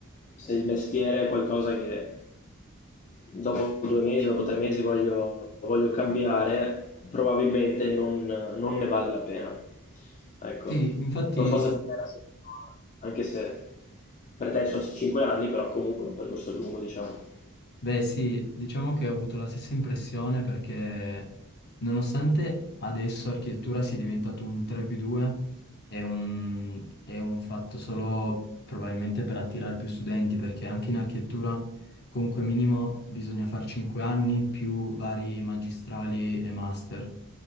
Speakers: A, on the left (about 35°); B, on the left (about 50°).
A: se il mestiere è qualcosa che dopo due mesi, dopo tre mesi voglio, voglio cambiare, probabilmente non, non ne vale la pena. Ecco,
B: Sì, infatti
A: non so se per te è la stessa cosa, anche se per te sono 5 anni, però comunque è un percorso lungo, diciamo.
B: Beh sì, diciamo che ho avuto la stessa impressione perché nonostante adesso architettura sia diventato un 3 più 2, è un, è un fatto solo probabilmente per attirare più studenti, perché anche in architettura comunque minimo bisogna fare 5 anni più vari magistrali e master.